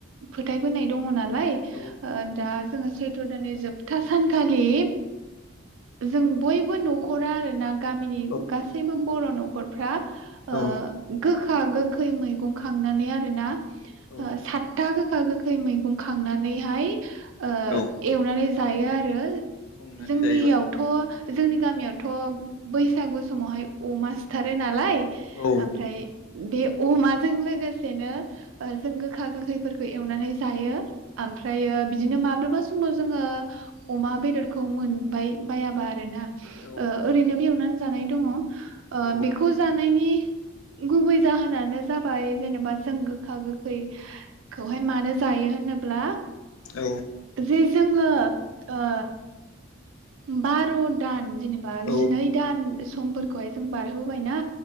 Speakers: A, on the right; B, on the left.
A: फोथायबोनाय दङ ना लाय
B: औ
A: ओ दा जोङो सैथ्र' दाननि जोबथा सानखालि जों बयबो न'खरा आरोना गामिनि
B: औ
A: गासैबो बर' न'खरफ्रा ओ
B: औ
A: गोख खा गोखै मैगं खांनानै आरोना
B: औ
A: आ सातता गोखा गोखै मैगं खांनानैहाय ओ
B: औ
A: एवनानै जायो आरो
B: संनानै
A: जोंनियावथ'
B: जायोबा
A: जोंनि गामियावथ' बैसागु समावहाय अमा सिथारो नालाय
B: औ
A: ओमफ्राय बे अमाजों लोगोसेनो ओ जों गोखा गोखैफोर एवनानै जायो ओमफ्रायो बिदिनो मा माब्लाबा समाव जोङो अमा बेदरखौ मोनबाय बायाबा आरो ना
B: औ
A: ओरैनो एवनानै जानाय दङ ओ
B: औ
A: बेखौ जानायनि गुबै जाहोनानो जाबाय जेनेबा जों गोखा गोखैखौहाय मानो जायो होनोब्ला
B: औ
A: जे जोङो आ बार' दान जेनेबा
B: औ
A: जिनै दान समफोरखौहाय जों बारह होबायना